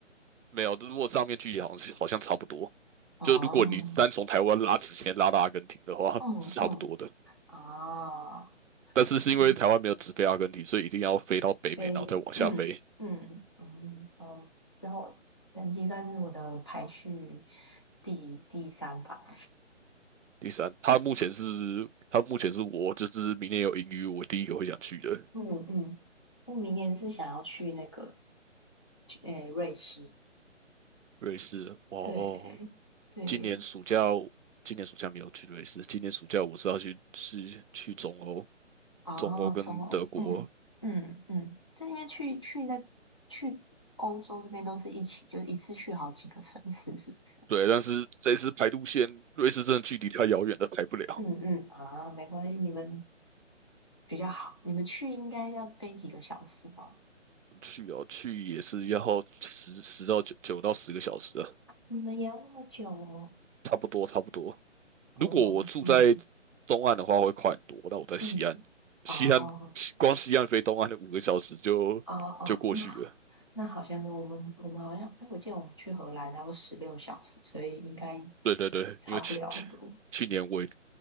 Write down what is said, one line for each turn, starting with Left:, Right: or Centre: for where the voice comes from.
Right: 没有，如果上面距离好像好像差不多。
Left: 哦，
Right: 就如果你单从台湾拉直线拉到阿根廷的话，
Left: 嗯嗯
Right: 是差不多的。
Left: 啊，
Right: 但是是因为台湾没有直飞阿根廷，
Left: 嗯
Right: 所以一定要飞到北美，
Left: 非，
Right: 然后再往下飞。
Left: 嗯嗯嗯，哦，之后人机算是我的排序第第三吧。
Right: 第三，他目前是他目前是我就是明年有盈余，我第一个会想去的
Left: 嗯嗯，我明年是想要去那个诶、瑞士，
Right: 瑞士。哦哦，
Left: 对对，
Right: 今年暑假今年暑假没有去瑞士，今年暑假我是要去是去中欧，
Left: 啊，
Right: 中欧跟德国。
Left: 中欧嗯嗯嗯，但因为去去那去欧洲这边都是一起，就是一次去好几个城市，是不是？
Right: 对，但是这次排路线，瑞士真的距离太遥远了，排不了。
Left: 嗯嗯啊，没关系，你们比较好，你们去应该要飞几个小时吗？
Right: 去哦，去也是要十十到九九到十个小时啊，
Left: 你们也要那么久哦？
Right: 差不多差不多。如果我住在
Left: 哦哦嗯
Right: 东岸的话，会快很多。那我在西岸，
Left: 嗯
Right: 西岸
Left: 哦
Right: 光西岸飞东岸的五个小时就就过去了。
Left: 哦哦，那那好像我们我们好像，哎，我记得我们去荷兰然后十六小时，所以应该
Right: 对对对，
Left: 差差不了很多。
Right: 因为去去去年我也